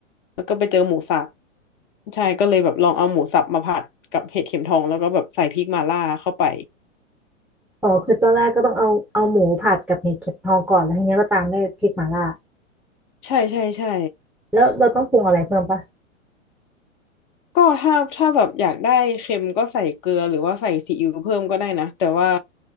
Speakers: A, on the left; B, in the centre.
A: แล้วก็ไปเจอหมูสับใช่ก็เลยแบบลองเอาหมูสับมาผัดกับเห็ดเข็มทองแล้วก็แบบใส่พริกมาล่าเข้าไป
B: อ๋อคือตอนแรกก็ต้องเอาเอาหมูผัดกับเห็ดเข็มทองก่อนแล้วทีเนี้ยก็ตามด้วยพริกหม่าล่า
A: ใช่ใช่ใช่
B: แล้วเราต้องปรุงอะไรเพิ่มปะ
A: ก็ถ้าถ้าแบบอยากได้เค็มก็ใส่เกลือหรือว่าใส่ซีอิ๊วเพิ่มก็ได้นะแต่ว่า